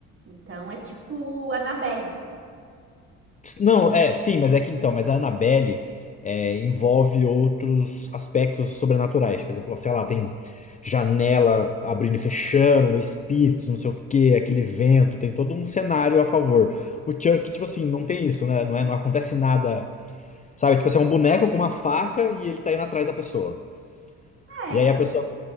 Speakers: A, on the right (about 40°); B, on the left (about 25°).
A: Então é tipo Annabelle.
B: não, é, sim, mas é que então, mas a Annabelle é, envolve outros aspectos sobrenaturais. Por exemplo, sei lá, tem janela abrindo e fechando, espíritos, não sei o quê, aquele vento, tem todo um cenário a favor. O Chuck, tipo assim, não tem isso, né? Não é, não acontece nada Sabe? Tipo assim, é um boneco com uma faca e ele tá indo atrás da pessoa.
A: Ah,
B: E
A: é.
B: aí a pessoa,